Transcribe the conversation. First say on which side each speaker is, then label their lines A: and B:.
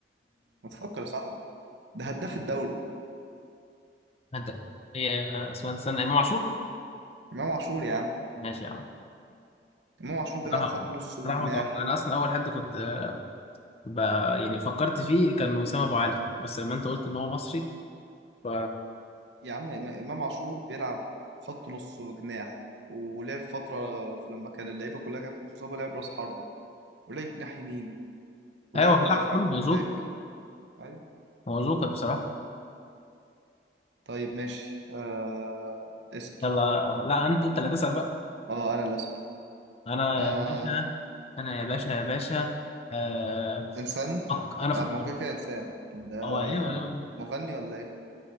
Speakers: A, on the right; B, on the left.
A: ما تفكر يا صاحبي ده هداف الدوري
B: انت ايه اسمه استنى امام عاشور
A: امام عاشور يا عم
B: ماشي يا عم
A: امام عاشور بيلعب
B: صراحه
A: خط نص وجناح
B: صراحه متوقع انا اصلا اول حد كنت آه، ب... يعني فكرت فيه كان وسام ابو علي بس لما انت قلت ان هو مصري ف
A: يا عم إم- امام عاشور بيلعب خط نص وجناح ولعب فتره في- لما كان اللعيبه كلها كانت مصابه لعب راس حربه ولعب جناح يمين ولعب
B: ايوه بيلعب
A: مدافع
B: في كله هو جوكر
A: باك أيوة.
B: هو جوكر بصراحه
A: طيب ماشي آه... اسال
B: يلا لا انت انت اللي تسال بقى
A: اه انا اللي اسال
B: انا
A: آه...
B: يا باشا انا يا باشا يا باشا آه...
A: انسان
B: فك... انا فكرت
A: آه ما هو كده كده انسان آه...
B: اه ايوه ايوه
A: مغني ولا ايه